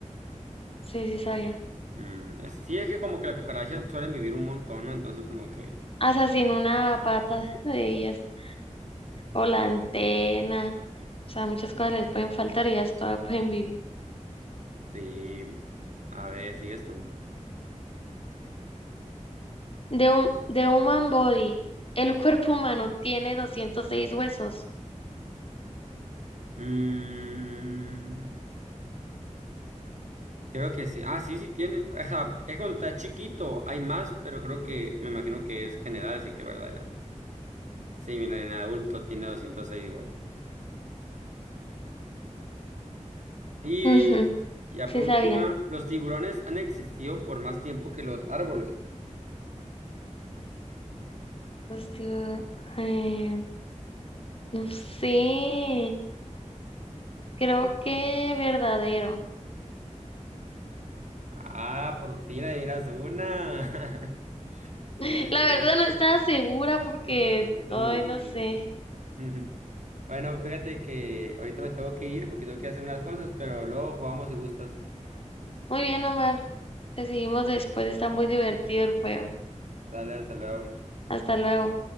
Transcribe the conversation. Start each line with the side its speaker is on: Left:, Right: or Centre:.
Left: sí, sí sabía.
Right: Mm, es- sí, es que como que las cucarachas suelen vivir un montón, ¿no? Entonces como que...
Left: Hasta sin una pata de ellas o la antena. O sea, muchas cosas les pueden faltar y ellas todavía pueden vivir.
Right: Sí. A ver, sigues tú.
Left: De un de human body, el cuerpo humano tiene doscientos seis huesos.
Right: Mm, creo que sí. Ah, sí, sí tiene. O sea, es cuando está chiquito. Hay más, pero creo que... Me imagino que es general, así que es verdadero. Sí, mira, en adulto tiene 206 huesos. Y
Left: Ujú,
Right: ya
Left: Sí
Right: por última,
Left: sabía.
Right: los tiburones han existido por más tiempo que los árboles.
Left: Hostia, eh, no sé. Creo que verdadero.
Right: Ah, por fin adivinas una. <laughs>
Left: <laughs>
Right: Se han existido
Left: La verdad no estaba segura porque,
Right: por 400
Left: ay,
Right: millones.
Left: no sé.
Right: <laughs> Bueno, fíjate que ahorita me tengo que ir porque tengo que hacer unas cosas, pero luego jugamos si gustas.
Left: Muy bien, Omar. Te seguimos después, está muy divertido el juego.
Right: Sale, hasta luego.
Left: Hasta luego.